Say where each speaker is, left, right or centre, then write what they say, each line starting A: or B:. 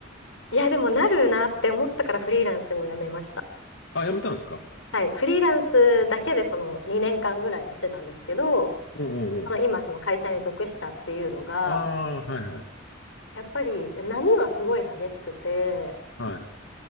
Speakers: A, on the left; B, on the left.
A: いや、でもなるなって思ったからフリーランスをやめました。
B: あ、やめたんですか
A: はい。フリーランスだけでその2年間ぐらいやってたんですけど、
B: うんうんうん。
A: まあの今その会社に属したっていうのが、
B: ああ、はいはい。
A: やっぱり波はすごい激しくて、
B: はい。